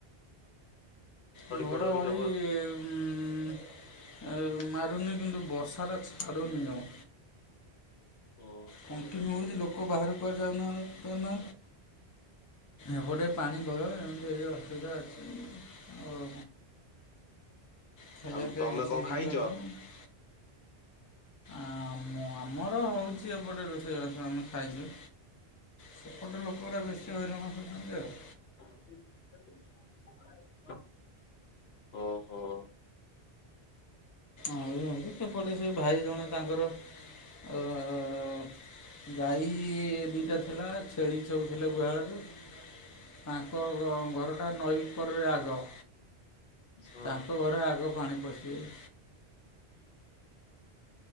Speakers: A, on the left; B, on the left.
A: ଘଡଘଡି
B: ଫଡଘଡି ଜବର
A: ଉଁ ଉଁ ମାରୁନି କିନ୍ତୁ ବର୍ଷା ବର୍ଷାଟା ଛାଡୁନି ଜମା।
B: <inaudible> ଓହୋ
A: କଣ୍ଟିନ୍ୟୁ ହଉଛି। ଲୋକ ବାହାରୁକୁ କୁଆଡେ ଯାଉନାହା ପାରୁନା ଏପଟେ ପାଣି ଭୟ ଏମିତି ଏଇ ଅସୁବିଧା ଅଛି।
B: <unintelligible>
A: ଆଉ ଖାଇବା
B: ଆଉ
A: ପିଇବା
B: ତମେ
A: କିଛି
B: କଣ
A: ହେଇପାରୁନି
B: ଖାଇଛ
A: ନା।
B: <unintelligible>
A: ଆମ-ଆମର ହଉଛି ଏପଟେ ରୋଷେଇବାସ ଆମେ ଖାଇଛୁ। ସେପଟେ ଲୋକଗୁରା ବେଶୀ ହଇରାଣ ହଉଛନ୍ତି ଆଉ।
B: <unintelligible> ଓହୋ।
A: ଆଉ ଏମିତି ସେପଟେ ସେ ଭାଇ ଜଣେ ତାଙ୍କର ଅଃ ଗାଈ ଦିଟା ଥିଲା, ଛେଳି ସବୁ ଥିଲେ ଗୁହାଳରେ ତାଙ୍କ ଘ-ଘରଟା ନଈ ଉପରେ ଆଗ।
B: ହଁ
A: ତାଙ୍କ ଘରେ ଆଗ ପାଣି ପଶିଯାଇ
B: <unintelligible>